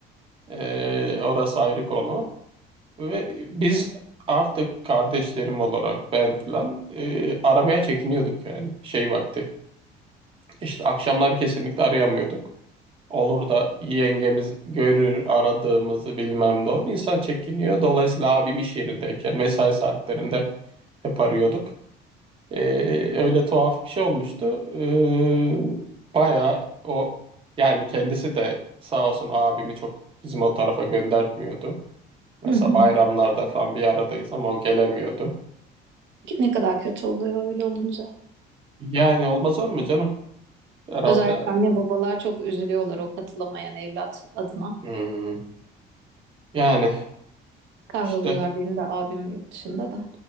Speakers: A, on the right (about 30°); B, on the right (about 70°).
A: E, orası ayrı konu. Ve biz artık kardeşlerim olarak ben filan e, aramaya çekiniyorduk yani şey vakti. İşte akşamlar kesinlikle arayamıyorduk. Olur da yengemiz görür aradığımızı bilmem ne olur. İnsan çekiniyor. Dolayısıyla abim iş yerindeyken mesai saatlerinde hep arıyorduk. Ee, öyle tuhaf bir şey olmuştu. Ee, bayağı o yani kendisi de sağ olsun abimi çok bizim o tarafa göndertmiyordu. Mesela
B: hı hı.
A: bayramlarda falan bir aradayız ama o gelemiyordu.
B: Ne kadar kötü oluyor öyle olunca.
A: Yani olmaz olur mu canım? Herhalde
B: Özellikle anne babalar çok üzülüyorlar o katılamayan evlat adına.
A: hmm, yani
B: Kahroluyorlar
A: işte
B: benim de abim yurt dışında da.